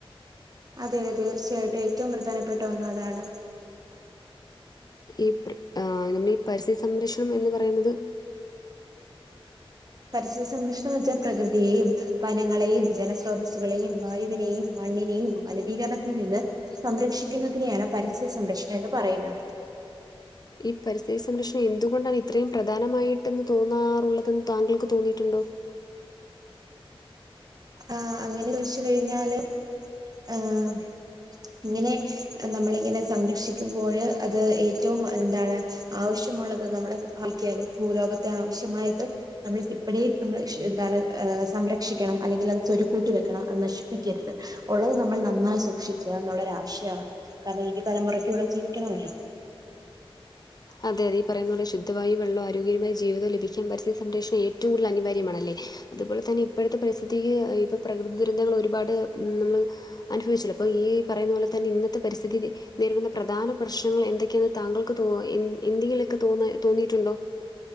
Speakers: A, on the right (about 40°); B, on the left (about 40°).
A: അതെ അതെ തീർച്ചയായിട്ടും ഏറ്റവും പ്രധാനപ്പെട്ട ഒന്ന് അതാണ്
B: ഈ ബ്രിട്ടാ നമ്മള് ഈ പരിസ്ഥിതി സംരക്ഷണം എന്ന് പറയുന്നത്
A: പരിസ്ഥിതി സംരക്ഷണം വെച്ചാ പ്രകൃതിയെയും വനങ്ങളെയും ജലസ്രോതസ്സുകളെയും വായുവിനെയും മണ്ണിനെയും മലിനീകരണത്തിൽ നിന്ന് സംരക്ഷിക്കുന്നതിനെയാണ് പരിസ്ഥിതി സംരക്ഷണം എന്ന് പറയുന്നത്
B: ഈ പരിസ്ഥിതി സംരക്ഷണം എന്തുകൊണ്ടാണ് ഇത്രയും പ്രധാനമായിട്ടെന്ന് തോന്നാറുള്ളതെന്ന് താങ്കൾക്ക് തോന്നിയിട്ടുണ്ടോ
A: ആഹ് അങ്ങനെ തോയ്ച്ച് കഴിഞ്ഞാല് ഏ്ഹ് ഇങ്ങനെ നമ്മളിങ്ങനെ സംരക്ഷിക്കുമ്പോഴ് അത് ഏറ്റവും എന്താണ് ആവശ്യമുള്ളത് നമ്മുടെ ആൾക്ക്യാല് ഭൂലോകത്തെ ആവശ്യമായത് നമ്മള് സ്റ്റിപ്പടി നമ്മള് ഷ് എന്താണ് ഏ് സംരക്ഷിക്കണം അല്ലെങ്കില് അത് ചൊരു കൂട്ടി വെക്കണം അത് നശിപ്പിക്കര്ത് ഉള്ളത് നമ്മള് നന്നായി സൂക്ഷിക്കാ എന്നുള്ളൊരആശയാവാണ്‌ കാരണം ഇരു തലമുറയ്ക്ക് ഇവിടെ ജീവിക്കണോല്ലോ
B: അതെ അതെ ഈപറയുന്നത്പോലെ ശുദ്ധവായും വെള്ളവായി ആരോഗ്യരുമായി ജീവിതം ലഭിക്കും പരിസ്ഥിതി സംരക്ഷണം ഏറ്റവും കൂടുതൽ അനിവാര്യമാണല്ലേ അതുപോലതന്നെ ഇപ്പഴത്തെ പരിസ്ഥിതി ഇപ്പം പ്രകൃതി ദുരന്തങ്ങള് ഒരുപാട് ഉം നമ്മള് അനുഭവിച്ചല്ലോ ഇപ്പ ഈ പറയുന്ന പോലെ തന്നെ ഇന്നത്തെ പരിസ്ഥിതീല് നേരിടുന്ന പ്രധാന പ്രശ്നങ്ങൾ എൻ എന്തൊക്കെയെന്ന് താങ്കൾക്ക് തോ എൻ എന്തെങ്കിലൊക്കെ തോന്ന തോന്നിയിട്ടുണ്ടോ